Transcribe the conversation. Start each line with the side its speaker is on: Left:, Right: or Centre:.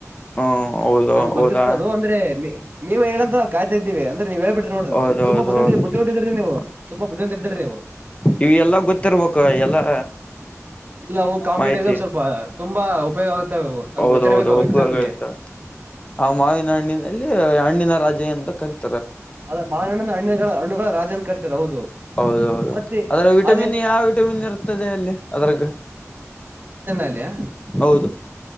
Left: ಹ್ಮ ಹೌದು
Right: ನಮ್ಗೆ ಗೊತ್ತಿತ್ತದು
Left: ಹೌದಾ
Right: ಅಂದ್ರೆ ನೀವ ಹೇಳಂತ ಕಾಯ್ಾ ಇದೀವಿ ಅಂದ್ರೆ ನೀವುೇಳ್ಿ್ರಿ ನೋಡು
Left: ಹೌದೌದ
Right: ತುಂಬ ಬುದ
Left: ಹೌದು
Right: ಬುದ್ಧಿಂತ ಇದ್ರಿ ನೀವು ತುಂಬಾ ಬುದ್ಧಿಂತ ಇದ್ರಿ ನೀವು
Left: ಇ ಎಲ್ಲ ಗೊತ್ತಿರ್ಬೇಕಕ್ ಎಲ್ಲಾ
Right: ಇಲ್ಲ ಅವು ಕಾಂಪಿಟೇಿವ್
Left: ಮಾಹಿತಿ
Right: ಎಕ್ಸಾಮ್ ಸ್ವಲ್ಪ ತುಂಬಾ ಉಪಯೋಗ ಆಗುತ್ತವೆ ಅದು
Left: ಹೌದೌದು
Right: ಗೊತ್ತಿರ್ಬೇಕ
Left: ಉಪಯೋಗ
Right: ಎಕ್ಸಾಮ್ಗೆ
Left: ಇರ್ತ ಆ ಮಾವಿನ ಹಣ್ಣಿನಲ್ಲಿ ಹಣ್ಣಿನ ರಾಜೆ ಎಂತ ಕರಿತ
Right: ಅದ ಮಹಣ್ಣನ ಹಣ್ಣಿಗಳ ಹಣ್ಣುಗಳ ರಾಜನ್ ಕರ್ತರ ಹೌದು
Left: ಹೌದೌದು
Right: ಮತ್ತೆ
Left: ಅದ್ರ ವಿಟಮಿನ್
Right: ಅದೇ
Left: ಯಾವ ವಿಟಮಿನ್ ಇರ್ತದೆ ಅಲ್ಲಿ ಅದ್ರಕ್ಕ
Right: ಯಾ
Left: ಹೌದು